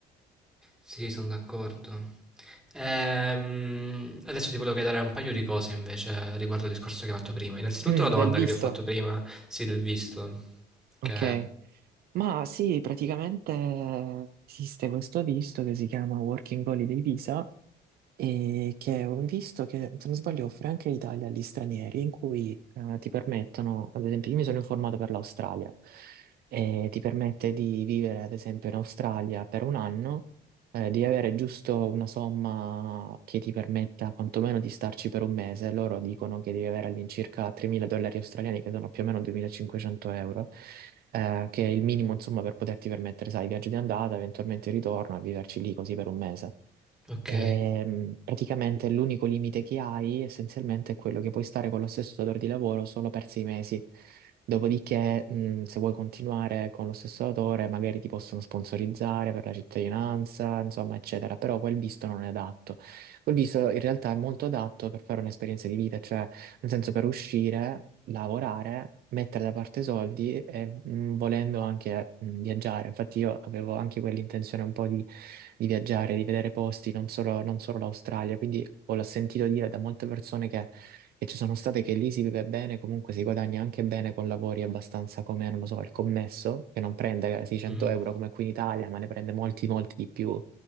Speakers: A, in the centre; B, on the right.
A: sì sono d'accordo. Ehm, adesso ti volevo chiedere un paio di cose invece riguardo al discorso che hai fatto prima. Innanzitutto
B: Mm,
A: la domanda
B: del visto,
A: che ti ho fatto prima, sì, del visto,
B: ok.
A: che...
B: Ma sì, praticamente esiste questo visto che si chiama Working Holiday Visa e che ho visto che, se non sbaglio, offre anche l'Italia agli stranieri, in cui eh, ti permettono, ad esempio, io mi sono informato per l'Australia, e ti permette di vivere, ad esempio, in Australia per un anno, eh, di avere giusto una somma che ti permetta quantomeno di starci per un mese. Loro dicono che devi avere all'incirca 3.000 dollari australiani, che sono più o meno 2.500 euro, eh, che è il minimo, insomma, per poterti permettere, sai, il viaggio di andata, eventualmente il ritorno, e viverci lì così per un mese.
A: Ok.
B: Ehm, praticamente l'unico limite che hai essenzialmente è quello che puoi stare con lo stesso datore di lavoro solo per sei mesi. Dopodiché, mh, se vuoi continuare con lo stesso datore, magari ti possono sponsorizzare per la cittadinanza, insomma, eccetera. Però quel visto non è adatto. Quel visto in realtà è molto adatto per fare un'esperienza di vita, cioè, nel senso, per uscire lavorare, mettere da parte soldi e mh, volendo anche mh, viaggiare. Infatti io avevo anche quell'intenzione un po' di, di viaggiare, di vedere posti, non solo, non solo l'Australia, quindi ho sentito dire da molte persone che, che ci sono state che lì si vive bene, comunque si guadagna anche bene con lavori abbastanza come, non lo so, il commesso, che non prende 600
A: Mm.
B: euro come qui in Italia, ma ne prende molti, molti di più